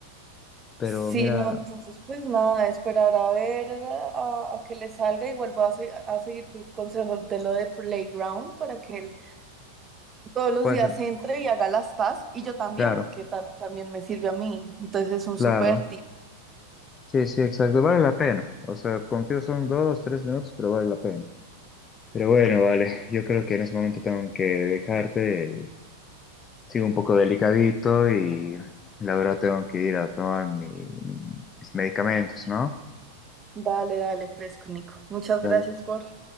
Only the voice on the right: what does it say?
sí,
no, entonces pues nada, esperar a ver a, a que le salga. Igual voy a, se- a seguir tu consejo de lo de Playground para que él todos los
días
entre y haga las tasks y yo también,
porque ta- también me sirve a mí. Entonces es un
súper tip.
Dale, dale, fresco, Nico. Muchas
gracias por